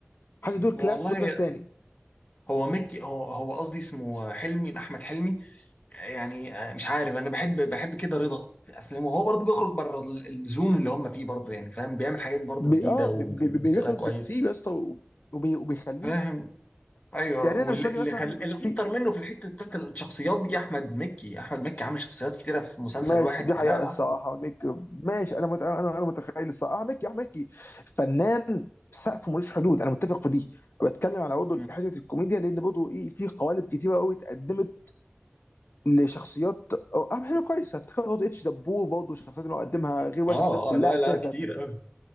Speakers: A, on the left; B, on the left.
A: حاسس دول
B: والله
A: كلاس ودول كلاس تاني
B: هو مكي هو هو قصدي اسمه حلمي احمد حلمي يعني آه، مش عارف انا بحب بحب كده رضا في افلامه هو برضه بيخرج بره ال- الزون اللي هم فيه برضه يعني فاهم بيعمل حاجات برضه
A: بي
B: جديده
A: اه بي
B: وبيمثلها
A: بي بي- بيخرج
B: كويس
A: بكتير يا اسطى وبي وبيخليه
B: فاهم ايوه
A: يعني
B: واللي
A: انا بالنسبه لي مثلا
B: خل... الاكتر
A: في
B: منه في الحته بتاعت الشخصيات دي احمد مكي احمد مكي عامل شخصيات كتيره في مسلسل
A: ماشي
B: واحد
A: دي
B: فلا
A: حقيقه
B: لا
A: الصراحه
B: احمد
A: ميك ماشي انا مت... انا انا متخيل الصراحه ميكي احمد ميكي فنان سقفه ملوش حدود انا متفق في دي بتكلم على برضه
B: مم.
A: حته الكوميديا لان برضه ايه في قوالب كتيره قوي اتقدمت لشخصيات أو- اهم حاجه كويسه افتكر برضه اتش دبور برضه الشخصيات اللي هو قدمها غير بقى
B: اه
A: شخصيات كلها
B: اه لا لا
A: تانية بتاعت
B: كتير أوي.